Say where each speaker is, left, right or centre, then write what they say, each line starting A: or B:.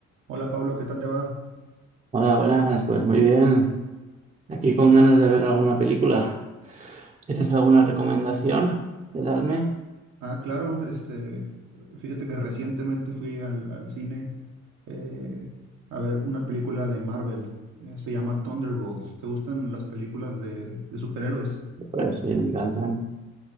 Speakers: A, on the right (about 80°); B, on the right (about 25°).
A: Hola Pablo, ¿qué tal te va?
B: Hola, buenas, pues muy bien. Aquí con ganas de ver alguna película. ¿Tienes alguna recomendación que darme?
A: Ah, claro, este, fíjate que recientemente fui al, al cine eh, a ver una película de Marvel, eh, se llama Thunderbolts. ¿Te gustan las películas de, de superhéroes?
B: Pues sí, me encantan.